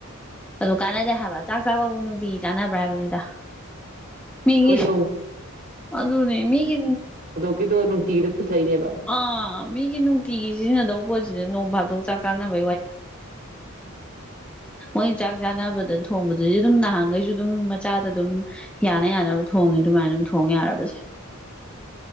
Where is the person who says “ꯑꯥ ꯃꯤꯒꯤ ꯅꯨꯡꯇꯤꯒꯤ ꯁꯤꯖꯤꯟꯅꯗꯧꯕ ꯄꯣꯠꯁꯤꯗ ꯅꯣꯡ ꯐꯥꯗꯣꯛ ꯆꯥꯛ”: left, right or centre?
Centre